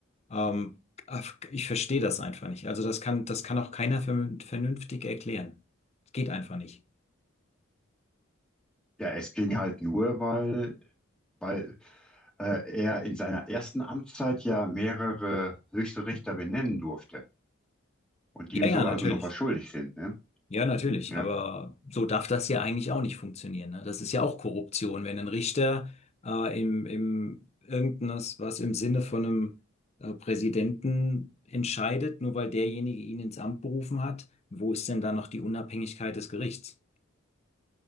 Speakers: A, on the left (about 30°); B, in the centre.
A: ähm, ach, ich verstehe das einfach nicht. Also das kann, das kann auch keiner vernün- vernünftig erklären. Das geht einfach nicht.
B: ja, es ging halt nur, weil, weil äh, er in seiner ersten Amtszeit ja mehrere höchste Richter benennen durfte. und
A: Ja,
B: die ihm
A: ja,
B: so
A: natürlich.
B: also noch was schuldig sind, ne?
A: Ja, natürlich,
B: Ja.
A: aber so darf das ja eigentlich auch nicht funktionieren. Ne? Das ist ja auch Korruption, wenn ein Richter äh, im, im irgendwas, was im Sinne von einem äh, Präsidenten entscheidet, nur weil derjenige ihn ins Amt berufen hat, wo ist denn da noch die Unabhängigkeit des Gerichts?